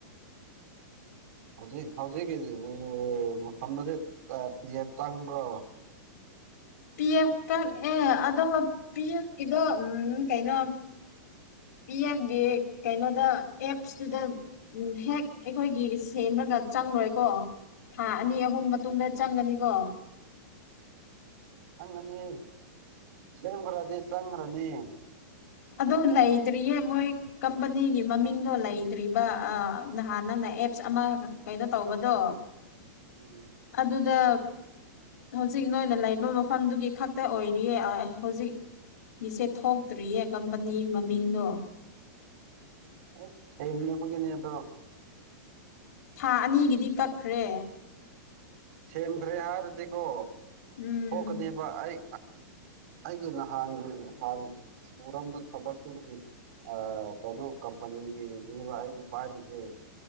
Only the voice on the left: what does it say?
ꯄꯤ ꯑꯦꯐꯇ ꯑꯦ ꯑꯗꯣ ꯄꯤ ꯑꯦꯐꯀꯤꯗꯣ ꯎꯝ ꯀꯩꯅꯣ ꯄꯤ ꯑꯦꯝꯒꯤ ꯀꯩꯅꯣꯗ ꯑꯦꯞꯁꯇꯨꯗ ꯎꯝ ꯍꯦꯛ ꯑꯩꯈꯣꯏꯒꯤ ꯁꯦꯝꯃꯒ ꯆꯪꯂꯣꯏꯀꯣ ꯊꯥ ꯑꯅꯤ ꯑꯍꯨꯝ ꯃꯇꯨꯡꯗ ꯆꯪꯒꯅꯤꯀꯣ
ꯑꯗꯣ ꯂꯩꯩꯗ꯭ꯔꯤ ꯌꯦ ꯃꯣꯏ ꯀꯝꯄꯅꯤꯒꯤ ꯃꯃꯤꯡꯗꯣ ꯂꯩꯇ꯭ꯔꯤꯕ ꯅꯍꯥꯟ ꯅꯪꯅ ꯑꯦꯞꯁ ꯑꯃ ꯀꯩꯅꯣ ꯇꯧꯕꯗꯣ
ꯑꯗꯨꯗ ꯍꯧꯖꯤꯛ ꯅꯣꯏꯅ ꯂꯩꯕ ꯃꯐꯝꯗꯨꯒꯤ ꯈꯛꯇ ꯑꯣꯏꯔꯤꯌꯦ ꯍꯣꯢ ꯍꯧꯖꯤꯛ ꯏꯁꯦ ꯊꯣꯛꯇ꯭ꯔꯤꯌꯦ ꯀꯝꯄꯅꯤ ꯃꯃꯤꯡꯗꯣ
ꯊꯥ ꯑꯅꯤꯒꯤꯗꯤ ꯀꯛꯈ꯭ꯔꯦ
ꯎꯝ